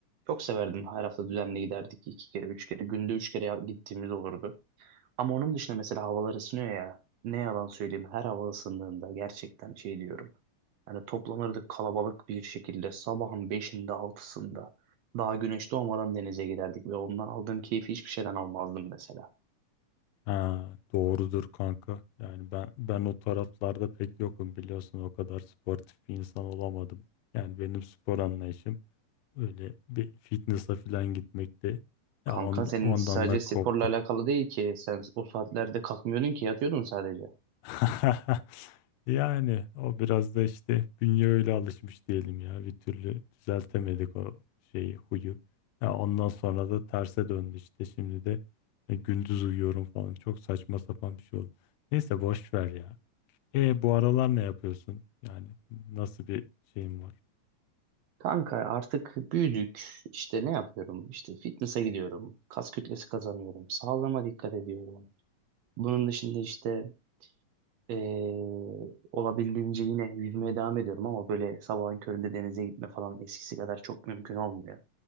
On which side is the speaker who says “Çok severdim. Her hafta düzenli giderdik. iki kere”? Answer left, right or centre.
Right